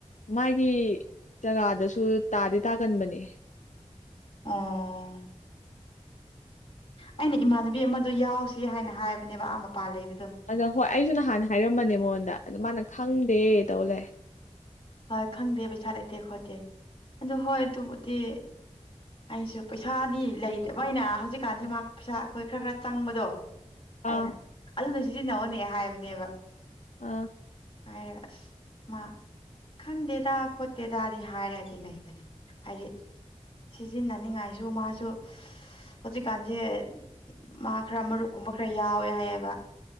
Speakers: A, on the left; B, on the left.
A: ꯃꯥꯒꯤ ꯖꯒꯥꯗꯁꯨ ꯇꯥꯗꯤ ꯇꯥꯒꯟꯕꯅꯦ
B: ꯑꯣ ꯑꯩꯅ ꯏꯃꯥꯟꯅꯕꯤ ꯑꯃꯗ ꯌꯥꯎꯁꯤ ꯍꯥꯏꯅ ꯍꯥꯏꯕꯅꯦꯕ ꯑꯥ ꯃꯄꯥ ꯂꯩꯕꯗ
A: ꯑꯗꯣ ꯍꯣꯏ ꯑꯩꯁꯨ ꯅꯍꯥꯟ ꯍꯥꯏꯔꯝꯕꯅꯦ ꯃꯉꯣꯟꯗ ꯑꯗꯨ ꯃꯥꯅ ꯈꯪꯗꯦ ꯇꯧ ꯂꯩꯦ
B: ꯍꯣꯏ ꯈꯪꯗꯦ ꯄꯩꯁꯥ ꯂꯩꯇꯦ ꯈꯣꯠꯇꯦ ꯑꯗꯨꯣ ꯍꯣꯏ ꯑꯗꯨꯕꯨꯗꯤ ꯑꯩꯁꯨ ꯄꯩꯁꯥꯗꯤ ꯂꯩꯇꯦꯕ ꯑꯩꯅ ꯍꯧꯖꯤꯛꯀꯥꯟꯁꯦ ꯃꯥ ꯄꯩꯁꯥ ꯑꯩꯈꯣꯏ ꯈꯔ ꯈꯔ ꯆꯪꯕꯗꯣ ꯑꯩꯅ
A: ꯑꯥ
B: ꯑꯗꯨꯅ ꯁꯤꯖꯤꯟꯅꯧꯅꯦ ꯍꯥꯏꯕꯅꯦꯕ
A: ꯑꯥ
B: ꯍꯥꯏꯔꯒꯁ ꯃꯥ ꯈꯪꯗꯦꯗ ꯈꯣꯠꯇꯦꯗꯗꯤ ꯍꯥꯏꯔꯒꯗꯤ ꯂꯩꯕꯅꯦ ꯍꯥꯏꯗꯤ ꯁꯤꯖꯤꯟꯅꯅꯤꯡꯉꯥꯏꯁꯨ ꯃꯥꯁꯨ ꯍꯧꯖꯤꯛꯀꯥꯟꯁꯦ ꯃꯥ ꯈꯔ ꯃꯔꯨꯞꯀꯨꯝꯕ ꯈꯔ ꯌꯥꯎꯋꯦ ꯍꯥꯏꯌꯦꯕ